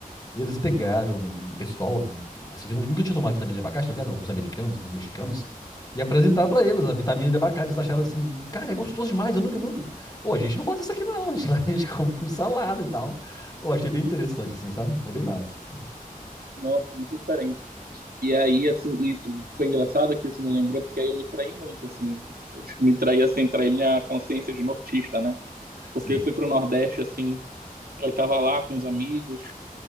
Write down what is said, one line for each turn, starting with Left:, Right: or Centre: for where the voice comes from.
Left: E eles pegaram um pessoal, assim, que nu- nunca tinha tomado vitamina de abacate, tá ligado? Alguns americanos, alguns mexicanos. E apresentaram pra eles a vitamina de abacate. Eles acharam assim, cara, é gostoso demais. Eu nunca, nunca... Ô, a gente não faz isso aqui não. A gente, <laughs> a gente come com salada e tal. Eu achei bem interessante, assim, sabe? É bem massa, assim.
Right: Nossa, muito diferente. E aí, assim, e- e foi engraçado que isso me lembrou, porque aí eu me traí muito, assim. Eu acho que me traí, assim, traí minha consciência de nortista, né? Porque
Left: Sim.
Right: eu fui pro Nordeste, assim, eu tava lá com os amigos.